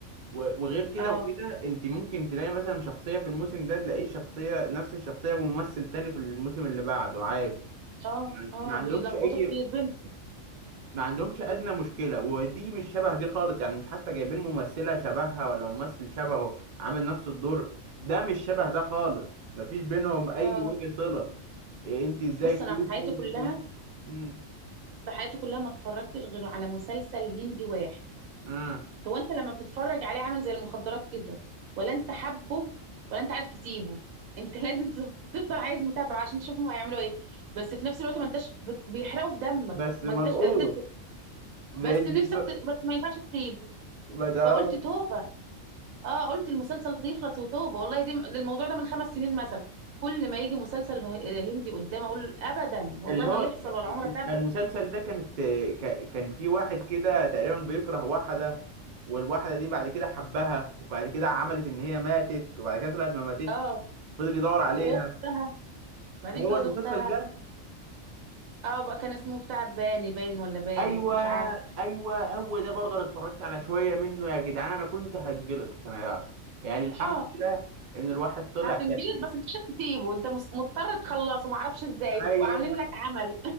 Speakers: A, on the right; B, on the right.
A: و- وغير كده
B: اه
A: وكده انت ممكن تلاقي مثلا شخصيه في الموسم ده تلاقيه شخصيه نفس الشخصيه بممثل تاني في الموسم اللي بعده عادي
B: اه
A: يعني
B: اه
A: ما عندهمش
B: بيلخبطوا
A: اي
B: كتير بنت
A: ما عندهمش ادنى مشكله ودي مش شبه دي خالص يعني مش حتى جايبين ممثله شبهها ولا ممثل شبهه عامل نفس الدور ده مش شبه ده خالص مفيش بينهم اي
B: اه
A: وجه صله إيه انت ازاي
B: بص
A: كوشي
B: انا في حياتي
A: وانت
B: كلها
A: كوشي امم
B: في حياتي كلها ما اتفرجتش غير على مسلسل هندي واحد
A: اه
B: هو انت لما بتتفرج عليه عامل زي المخدرات كده ولا انت حبه ولا انت عارف تسيبه <laughs> انت لازم تف- تفضل عايز متابعه عشان تشوفهم هيعملوا ايه بس في نفس الوقت ما انتش بت- بيحرقوا في دمك
A: بس
B: ما
A: منقوط
B: انتش قادر ت...
A: زي
B: بس
A: الفيديو
B: نفسك ت... بس ما ينفعش تسيبه
A: ما تعرف
B: فقلت توبه اه قلت المسلسل ده يخلص وتوبه والله دي ده الموضوع ده من خمس سنين مثلا كل ما يجي مسلسل ه- هندي قدام اقول ابدا والله
A: اللي
B: ما
A: هو
B: يحصل ولا عمره تابعه
A: المسلسل ده كانت ك- كان في واحد كده تقريبا بيكره واحده والواحده دي بعد كده حبها وبعد كده عملت ان هي ماتت وبعد كده طلعت ما ماتتش
B: اه
A: فضل يدور عليها
B: واختها بعدين
A: هو
B: جوز
A: المسلسل
B: اختها
A: ده
B: اه بقى كان اسمه بتاع باني باين ولا باري
A: ايوه
B: مش عارف
A: ايوه هو ده برضه انا اتفرجت على شويه منه يا جدعان انا كنت هتجلط انا يعني الحمد
B: اه
A: لله ان الواحد طلع
B: هتنجلد
A: سليم
B: بس انت مش هتسيبه انت مس- مضطر تخلصه معرفش ازاي
A: ايوه
B: بيبقوا عاملين لك عمل